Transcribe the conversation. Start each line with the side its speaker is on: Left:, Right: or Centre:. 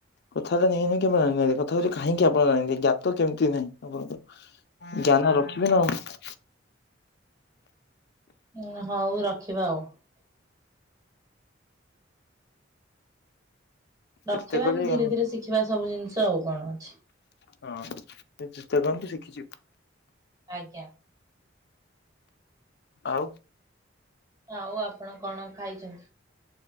Left: କଥାଟା ନୁହେଁକି ଜାଣିନାହାନ୍ତି, କଥାହଉଚି କାହିଁକି ଆପଣ ଜାଣିନାହାନ୍ତି ଜ୍ଞାତ କେମିତି ନାହିଁ ଆପଣଙ୍କୁ। ଜ୍ଞାନ ରଖିବେନା ଆଉ।
Right: ଉଁ ହଉ ରଖିବା ଆଉ। ରଖିବା
Left: ଚେଷ୍ଟା କରିବେ
Right: ଏମି ଧୀରେ
Left: ଜ୍ଞାନ
Right: ଧୀରେ ଶିଖିବା ସବୁ ଜିନିଷ ଆଉ କଣ ଅଛି।
Left: ହଁ <unintelligible> ସିକିଚୁ।
Right: ଆଜ୍ଞା।
Left: ଆଉ।
Right: ଆଉ ଆପଣ କଣ ଖାଇଚନ୍ତି।